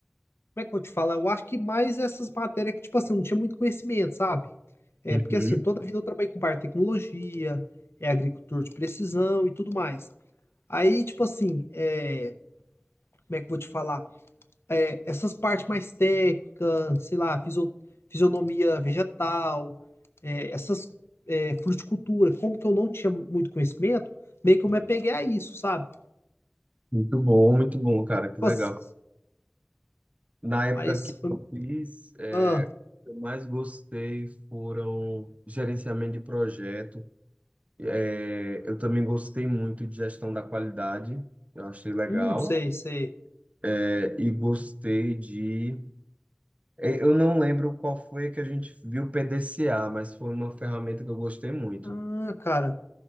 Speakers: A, on the left; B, on the right.
A: Como é que eu vou te falar? Eu acho que mais essas matérias que, tipo assim, eu não tinha muito conhecimento, sabe? É,
B: Uhum.
A: porque assim, toda a vida eu trabalhei com parte de tecnologia, é agricultor de precisão e tudo mais. Aí, tipo assim, é, como é que eu vou te falar? é, essas partes mais técnicas, sei lá, fisio- fisionomia vegetal, é, essas é, fruticultura, como que eu não tinha muito conhecimento, meio que eu me apeguei a isso, sabe?
B: Muito bom, muito bom, cara, que
A: Tipo
B: legal.
A: assim,
B: Na época
A: Mas
B: que
A: foi.
B: eu fiz, é,
A: Ah,
B: o que eu mais gostei foram gerenciamento de projeto. É, eu também gostei muito de gestão da qualidade, eu achei legal.
A: hum, sei, sei.
B: É, e gostei de. é, Eu não lembro qual foi que a gente viu PDCA, mas foi uma ferramenta que eu gostei muito.
A: Ah, cara.